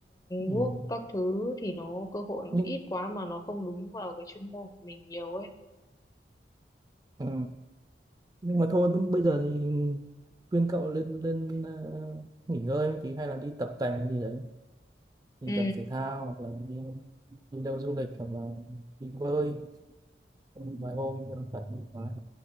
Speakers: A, on the right (about 20°); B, on the left (about 20°).
A: ừ.
B: Work các thứ thì nó cơ hội nó
A: nhưng
B: ít quá mà nó không đúng vào cái chuyên môn của mình nhiều ấy.
A: ừ. nhưng mà thôi b- bây giờ thì khuyên cậu lên lên ờ, nghỉ ngơi một tí hay là đi tập tành hay gì đấy đi
B: Ừ,
A: tập thể thao hoặc là đi đi đâu du lịch hoặc là đi bơi vài hôm cho nó thoải mái